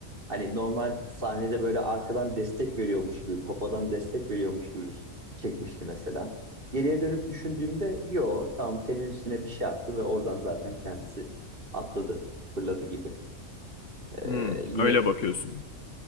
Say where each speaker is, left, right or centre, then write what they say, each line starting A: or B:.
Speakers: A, on the right; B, on the left.
A: hani normal sahnede böyle arkadan destek veriyormuş gibi, popodan destek veriyormuş gibi bir- çekmişti mesela. Geriye dönüp düşündüğümde yo tamam telin üstüne bir şey attı ve oradan zaten kendisi atladı, fırladı gibi. Ee,
B: Hmm,
A: yine
B: öyle bakıyorsun.